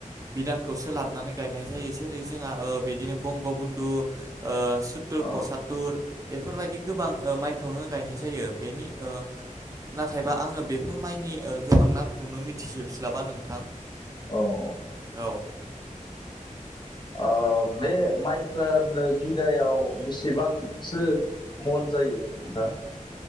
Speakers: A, on the right; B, on the left.
A: बिदानखौसो लाबोनानै गायनाय जायो जेरै जोंहा ओ बिदिनो बंग बधु ओ सुतुर
B: अ
A: पसात्तुर बेफोर बायदि गोबां ओ माइखौनो गायनाय जायो बेनि ओ नाथायबा आङो बेफोर माइनि ओ गोबां नामखौनो मिथिजोब स्लाबा नोंथां।
B: औ
A: औ
B: ओ बे माइफ्रा ओरिनो बिगायाव बेसेबांसो मन जायो नोंथां?